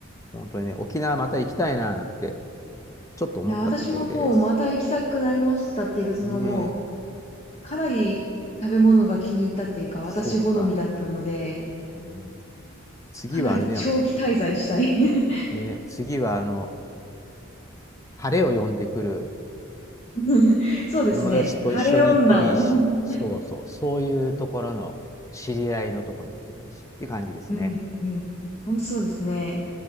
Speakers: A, on the left; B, on the left.
A: 本当にね、沖縄また行きたいななんて、ちょっと思ったところです。
B: や、私ももうまた行きたくなりましたっていうか、そのもう、
A: ね、
B: かなり食べ物が気に入ったっていうか、私好みだったので、
A: そうか。うん次はあれだよね。
B: かなり長期滞在したい。<laughs>
A: ね、次はあの、晴れを呼んでくる
B: <laughs> そうですね。
A: 友達と一緒に行ってもいいし、
B: 晴れ女を <laughs> うん
A: そうそう、そういうところの知り合いのとこに行ってもいいしっていう感じですね。
B: うんうん。ほんとそうですね。